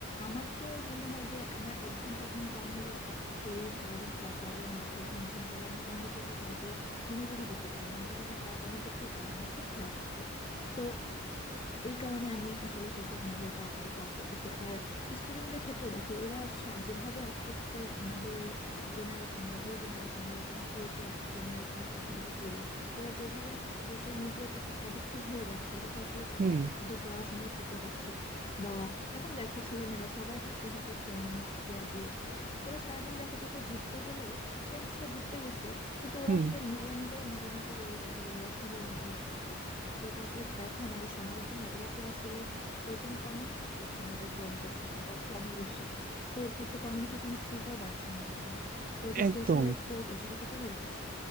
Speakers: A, on the left; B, on the right.
A: আমার তো মনে হয় যে আমার এক ঘন্টা ঘুম কম হলেও আমার শরীর সারাদিন খারাপ লাগে মাথা ঝিমঝিম করে আমি অন্য কোনো কাজে মনোযোগী দিতে পারি না অন্য কোনো কাজ আমি করতেই পারি না আমার খুব খারাপ লাগে সো এই কারণে আমি আসলে সোশ্যাল মিডিয়াটা আপাতত অফ রেখেছি আর স্টুডেন্টদের ক্ষেত্রেও দেখো ওরা সা- যেভাবে আস্তে আস্তে আমাদের জেনারেশন মানে এই জেনারেশন বা ইন ফিউচার জেনারেশনের কথা যদি বলি ওরা যেভাবে আসলে সোশ্যাল মিডিয়ার প্রতি অ্যাডিক্টিভ হয়ে যাচ্ছে এটা তো আসলে
B: হুম
A: খারাপ ওদের পড়াশোনার ক্ষতি হচ্ছে বা এখন দেখো ছেলেমেয়েরা সবার হাতে হাতে ফোন গ্যাজেটস ওরা সারাদিন দেখো কোথাও ঘুরতে গেলেও ফ্রেন্ডসরা ঘুরতে গেছে কিন্তু ওরা
B: হুম
A: আসলে নিজেরা নিজেরা মজা না করে ওরা দেখা যায় ফোনের মধ্যেই পড়ে আছে তো এটা আসলে খারাপ না আমাদের সমাজের জন্য ওরা তো আসলে ওরকম কমিউনিকেট করছে না ওদের ফ্রেন্ডসদের সাথে বা ফ্যামিলির সাথে তো ওদের তো কমিউনিকেশন স্কিলটাও বাড়ছে না এই কারণে ওরা যে
B: একদম
A: সোশ্যালাইজ করবে সেটা তো কমে যাচ্ছে